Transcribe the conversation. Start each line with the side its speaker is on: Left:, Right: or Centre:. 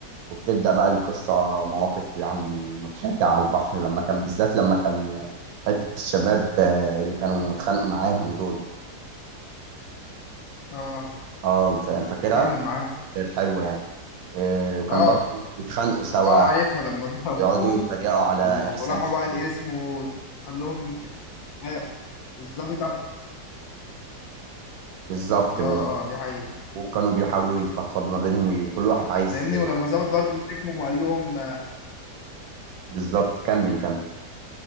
Right: وبتبدأ بقى القصة مواقف يعني مضحكة على البحر لما كان بالذات لما كان حتة الشباب آه، اللي كانوا اتخانقوا معاهم دول
Left: آه
Right: اه فا- فاكرها
Left: كمل معاه
Right: كانت حلوة يعني آه، وكان
Left: آه
Right: برضه بيتخانقوا سوا
Left: اه عارفها لما ضربوهم
Right: يقعدوا يتريقوا على
Left: وراحوا
Right: إحسان صاحبهم
Left: بقى الاسم وقال لهم مش- أيوة، الظابط ع-
Right: بالظبط
Left: اه
Right: بالظبط
Left: اه دي حقيقة
Right: وكانوا بيحاولوا يفضفضوا ما بينهم كل واحد عايز
Left: فاهمني ولما الظابط برضه مسكهم وقال لهم
Right: بالظبط كمل كمل